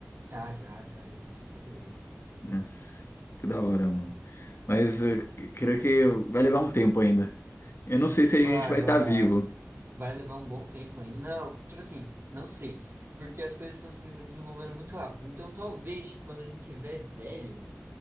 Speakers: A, on the right (about 55°); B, on the left (about 55°).
A: Ah, já, já, existe muita teoria.
B: Nossa, que da hora, mano. Mas eu c- creio que vai levar um tempo ainda. Eu não sei se a gente
A: Vai,
B: vai
A: vai,
B: estar vivo.
A: vai levar um bom tempo ainda. Não, tipo assim, não sei. Porque as coisas estão se desenvolvendo muito rápido. Então, talvez, tipo, quando a gente tiver velho